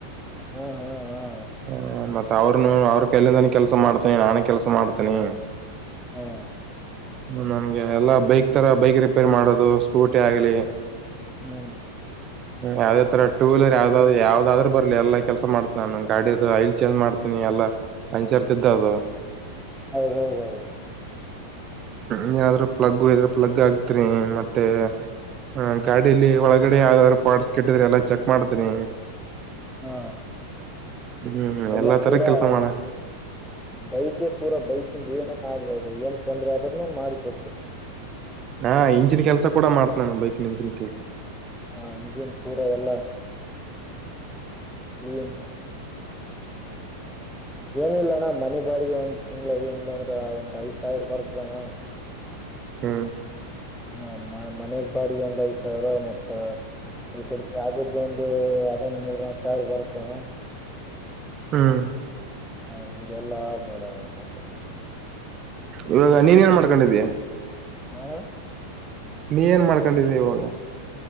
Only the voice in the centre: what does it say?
ಹಾ ಹಾ ಹಾ
ಹಾ
ಮೂ
ಅಯ್ಯಯ್ಯೋ
ಹಾ
ಎಲ್ಲ
ಪೂರಾ
ಬೈಕೇ ಪೂರಾ ಬೈಕಿಂಗ್ ಏನಕ್ಕ ಕಾಣಲ್ಲ ಡೀಸೆಲ್ ತೊಂದ್ರೆ ಅದನ್ನು ಮಾಡಿ ಕೊಡು
ಹಾ ಇಂಜಿನ್ ಪೂರಾ ಎಲ್ಲ. ಹ್ಮ್
ಏನಿಲ್ಲ ಅಣ್ಣ ಮನೆ ಬಾಡಿಗೆ ಒಂದ್ ತಿಂಗ್ಳ ಏನಿಲ್ಲಾ ಅಂದ್ರ ಒಂದ್ ಐದು ಸಾವಿರ ಬರ್ತದಣ್ಣ.
ಹ ಮನೆದು ಬಾಡಿಗೆ ಒಂದ್ ಐದು ಸಾವಿರ ಮ ಈ ಕಡೆ ಜಾಗದ್ದುಚಂಡೆ ಅದನ್ನ ಮೂರ್ ನಾಲ್ಕು ಸಾವಿರ ಬರುತ್ತಣ್ಣ.
ಹ ಹಿಂಗೆಲ್ಲಾದ್ದೂ ನೋಡೋರಿಲ್ಲಪ್ಪ.
ಹ